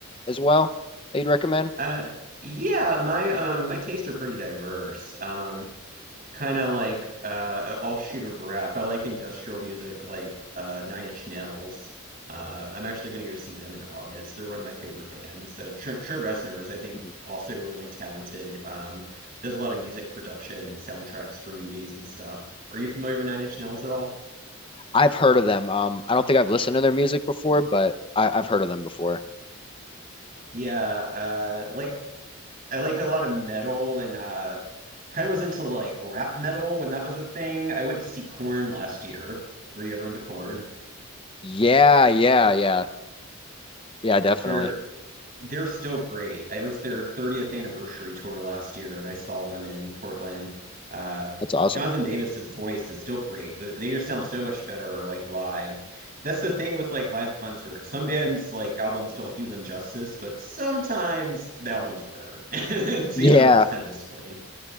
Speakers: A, on the left (about 25°); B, on the right (about 40°).
A: as well that you'd recommend?
B: Uh yeah, my um my tastes are pretty diverse. Um kind of like uh all shooter rap. I like industrial music like uh Nine Inch Nails. Uh I'm actually going to go see them in August. They're one of my favorite bands. Uh, Trent, Trent Reznor is I think
A: Mhm.
B: also really talented. Um does a lot of music production and soundtracks for movies and stuff. Are you familiar with Nine Inch Nails at all?
A: I've heard of them. Um, I don't think I've listened to their music before, but I, I've heard of them before.
B: Yeah, uh like I like a lot of metal and uh kind of was into like rap metal when that was a thing. I went to see Corn last year. Were you ever into Corn?
A: Yeah, yeah, yeah. Yeah, definitely.
B: They're They're still great. It was their 30th anniversary tour last year, and I saw them in Portland. Uh,
A: That's awesome.
B: Jonathan Davis's voice is still great. Th- They just sound so much better, like live. That's the thing with like live concerts. Some bands like albums don't do them justice, but sometimes the albums are better. <laughs> And Seeing
A: Yeah.
B: them live is kind of disappointing.